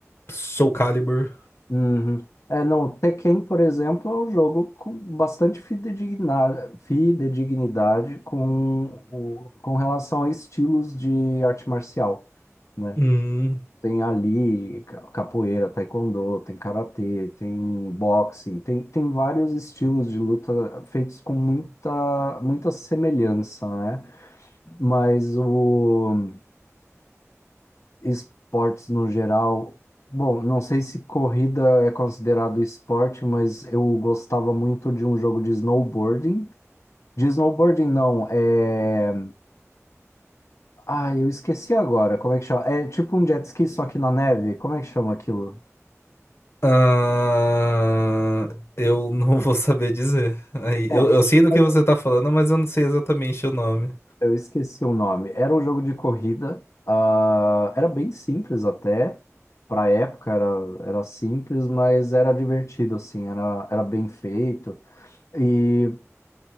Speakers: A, on the left (about 50°); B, on the left (about 65°).
A: Soul Calibur.
B: Uhum. É, não, o Tekken, por exemplo, é um jogo com bastante fidedigna- fidedignidade com, o, com relação a estilos de arte marcial, né?
A: Hum,
B: Tem ali ca- capoeira, taekwondo, tem karatê, tem boxing, tem, tem vários estilos de luta feitos com muita, muita semelhança, né? Mas o esportes no geral. Bom, não sei se corrida é considerado esporte, mas eu gostava muito de um jogo de snowboarding. De snowboarding, não, é. Ah, eu esqueci agora. Como é que chama? É tipo um jet ski, só que na neve. Como é que chama aquilo?
A: ah, eu <laughs> não vou saber dizer. Aí,
B: É,
A: eu, eu sei do
B: mas
A: que você tá falando, mas eu não sei exatamente o nome.
B: Eu esqueci o nome. Era um jogo de corrida. ah, era bem simples até. Pra época era, era simples, mas era divertido, assim. Era, era bem feito. e